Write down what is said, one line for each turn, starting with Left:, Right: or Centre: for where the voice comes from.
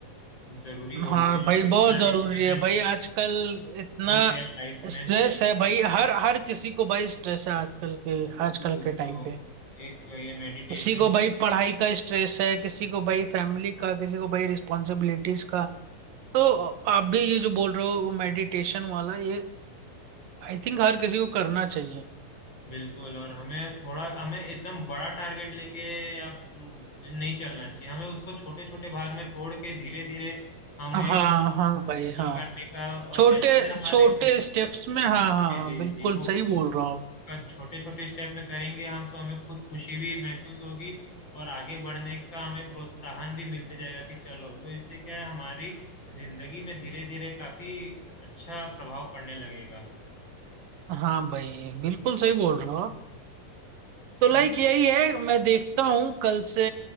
Left: जरूरी हो
Right: हाँ
Left: गया
Right: भाई
Left: है इतना
Right: बहुत जरूरी
Left: डिस्टरबेंस
Right: है भाई आजकल इतना
Left: हो गया है लाइफ
Right: स्ट्रेस
Left: में
Right: है भाई हर हर किसी को भाई स्ट्रेस है आजकल के
Left: बिल्कुल
Right: आजकल के टाइम
Left: तो
Right: पे
Left: एक तो ये मेडिटेशन
Right: किसी को भाई पढ़ाई का स्ट्रेस है किसी को भाई फैमिली का किसी को भाई रिस्पॉन्सिबिलिटीज का तो आप भी ये जो बोल रहे हो मेडिटेशन वाला ये आई थिंक हर किसी को करना चाहिए
Left: बिल्कुल और हमें थोड़ा हमें एकदम बड़ा टारगेट लेके या हम्म, नहीं चलना चाहिए हमें उसको छोटे छोटे भाग में तोड़ के धीरे धीरे हमें
Right: हाँ हाँ भाई
Left: खत्म
Right: हाँ
Left: करने का और
Right: छोटे
Left: जैसे जैसे हमारे
Right: छोटे
Left: जी
Right: स्टेप्स में हाँ हाँ
Left: जी
Right: हाँ बिल्कुल
Left: जी, वो
Right: सही बोल रहा हूँ आप
Left: का छोटे छोटे स्टेप में करेंगे हम तो हमें खुद खुशी भी महसूस होगी और आगे बढ़ने का हमें प्रोत्साहन भी मिलते जाएगा कि चलो तो इससे क्या है हमारी जिंदगी में धीरे धीरे काफी अच्छा प्रभाव पड़ने लगेगा
Right: हाँ भाई बिल्कुल सही बोल रहा हो आप
Left: चलिए
Right: तो लाइक यही है मैं देखता हूँ कल से